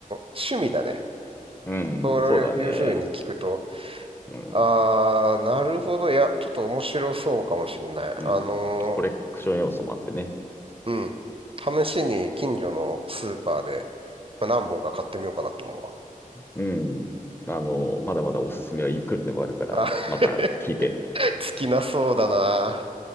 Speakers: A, on the right; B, on the left.
A: 趣味だね。
B: うん、
A: そういうふうに聞くと、
B: そうだね。うん、
A: ああ、なるほど。いや、ちょっと面白そうかもしんない。
B: うん。
A: あの
B: コレクション要素もあってね。
A: ーうん。試しに近所のスーパーで、まあ何本か買ってみようかなって思うわ。
B: うん。あの、まだまだおすすめはいくらでもあるから、
A: あ、
B: また聞いて。
A: <laughs> 尽きなそうだな。